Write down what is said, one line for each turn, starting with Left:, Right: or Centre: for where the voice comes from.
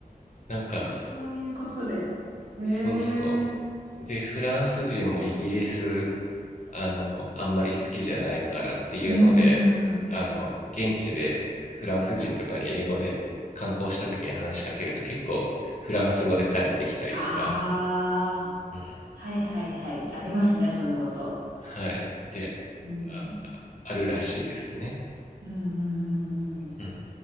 Left: なんか、
Right: そういうことで。へえ。
Left: そうそ
Right: うん
Left: う。で、フランス人もイギリスあの、あんまり好きじゃないからっていうので、
Right: うんうん。
Left: あの、現地でフランス人とかに英語で観光した時に話しかけると結構フランス語で帰ってきたりとか、
Right: あ
Left: うん。
Right: あ、はいはいはい。ありますね、そういうこと。
Left: はい、で、
Right: うん。
Left: あ、あるらしいですね。
Right: うんうんうんうん。
Left: うん。